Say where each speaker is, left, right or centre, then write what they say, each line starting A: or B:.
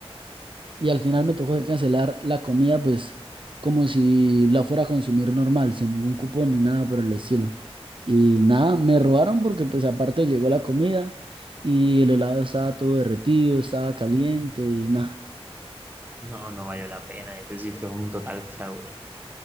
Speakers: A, on the right; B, on the right.
A: y al final me tocó que cancelar la comida, pues como si la fuera a consumir normal, sin ningún cupón ni nada por el estilo. Y nada, me robaron porque pues aparte llegó la comida y el helado estaba todo derretido, estaba caliente y nada.
B: No, no valió la pena. Ese sí fue un total fraude.